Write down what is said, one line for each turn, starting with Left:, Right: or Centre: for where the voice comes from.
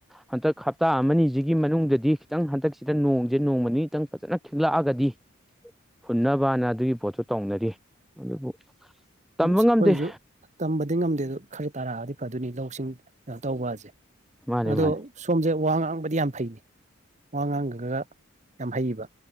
Centre: ꯍꯟꯗꯛ ꯍꯞꯇꯥ ꯑꯃꯅꯤꯁꯤꯒꯤ ꯃꯅꯨꯡꯗꯗꯤ ꯈꯤꯇꯪ ꯍꯟꯗꯛꯁꯤꯗ ꯅꯣꯡꯁꯦ ꯅꯣꯡꯃꯅꯤ ꯈꯤꯇꯪ ꯐꯖꯅ ꯊꯤꯂꯛꯑꯒꯗꯤ ꯍꯨꯟꯅꯕꯅ ꯑꯗꯨꯒꯤ ꯄꯣꯠꯁꯨꯣ ꯇꯧꯅꯔꯤ ꯑꯗꯨꯕꯨ ꯇꯝꯕ
Right: ꯑ ꯑꯩꯈꯣꯏꯁꯨ
Centre: ꯉꯝꯗꯦ
Right: ꯇꯝꯕꯗꯤ ꯉꯝꯗꯦ ꯑꯗꯨ ꯈꯔ ꯇꯥꯔꯛꯑꯗꯤ ꯐꯗꯣꯏꯅꯤ ꯂꯧꯁꯤꯡ ꯇꯧꯕꯁꯦ
Centre: ꯃꯥꯅꯦ
Right: ꯑꯗꯣ
Centre: ꯃꯥꯅꯦ
Right: ꯁꯣꯝꯁꯦ ꯋꯥ ꯉꯥꯡꯕꯗꯤ ꯌꯥꯝ ꯐꯩꯅꯤ ꯋꯥ ꯉꯥꯡꯈꯒ ꯌꯥꯝ ꯍꯩꯕ